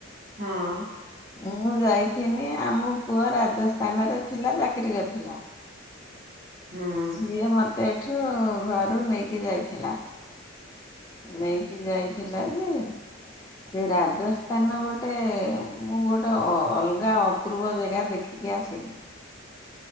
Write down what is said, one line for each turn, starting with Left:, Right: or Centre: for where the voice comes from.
Right: ହଁ।
Left: ମୁଁ ଯାଇଥିନି ଆମ ପୁଅ ରାଜସ୍ଥାନରେ ଥିଲା ଚାକିରୀ କରିଥିଲା।
Right: ହଁ
Left: ସିଏ ମୋତେ ଏଠୁ ଘରୁ ନେଇକି ଯାଇଥିଲା। ନେଇକି ଯାଇଥିଲା ଯେ ସିଏ ରାଜସ୍ ସ୍ଥାନ ଗୋଟେ ମୁଁ ଗୋଟେ ଅ, ଅଲଗା ଅପୂର୍ବ ଜାଗା ଦେଖିକି ଆସିନି।
Right: ହ <inaudible>